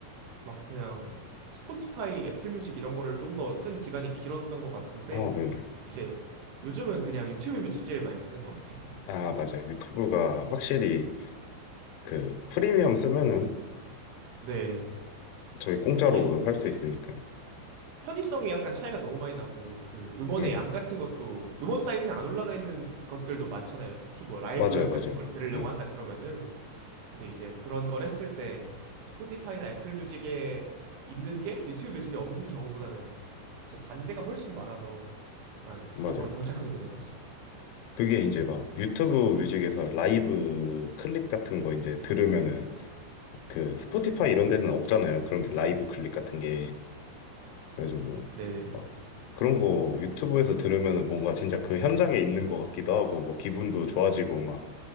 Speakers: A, on the right; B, on the left.
A: 막 그냥 스포티파이, 애플 뮤직 이런 거를 좀 더 쓴 기간이 길었던 것 같은데
B: 어, 네네.
A: 이제 요즘은 그냥 유튜브 뮤직 제일 많이 쓰는 것 같아요.
B: 아, 맞아요. 유튜브가 확실히 그 프리미엄 쓰면은
A: 네.
B: 저희 공짜로
A: 이게
B: 할
A: 편-
B: 수 있으니까.
A: 편의성이 약간 차이가 너무 많이 나고 그 음원의
B: 응.
A: 양 같은 것도 음원 사이트에 안 올라가 있는 것들도 많잖아요. 특히 뭐 라이브
B: 맞아요, 맞아요.
A: 같은 걸 들으려고
B: 네,
A: 한다 그러면은 근데 이제 그런 걸 했을 때 스포티파이나 애플 뮤직에 있는 게 유튜브 뮤직에 없는 경우보다는 이제 반대가 훨씬 많아서 약간 그쪽으로
B: 맞아요.
A: 정착하게 되는 것 같습니다.
B: 그게 이제 막 유튜브 뮤직에서 라이브 클립 같은 거 이제 들으면은 그 스포티파이 이런 데는 없잖아요. 그런 게 라이브 클립 같은 게. 그래가지고 뭐
A: 네네.
B: 막 그런 거 유튜브에서 들으면은 뭔가 진짜 그 현장에 있는 것 같기도 하고 뭐 기분도 좋아지고 막